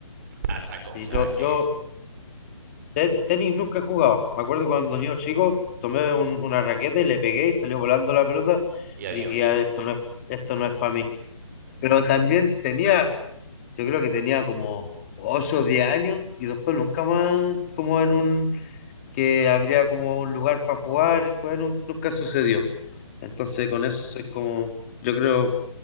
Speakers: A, on the right; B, on the left.
A: a saco, o
B: Y
A: sea
B: yo,
A: que...
B: yo te- tenis nunca he jugado, me acuerdo cuando niño chico tomé un- una raqueta y le pegué y salió volando la pelota,
A: Y adiós.
B: dije ya, esto no es, esto no es para mí pero también tenía, Yo creo que tenía como 8 o 10 años y después nunca más como en un que habría como un lugar para jugar y jugar nun- nunca sucedió. Entonces con eso soy como, yo creo,